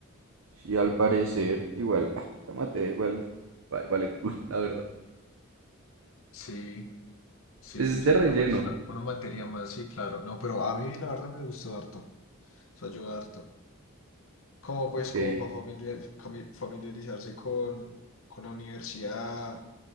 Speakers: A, on the right (about 75°); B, on the left (about 65°).
A: sí, al parecer, igual, ah, esa materia igual va- vale culo, la verdad.
B: Sí, sí,
A: Pues
B: sí,
A: es de
B: sí,
A: relleno,
B: no, es una, una materia más, sí, claro. No, pero a mí la verdad me gustó harto, eso ayuda harto. como pues
A: ok.
B: como para familiarizarse con, con la universidad,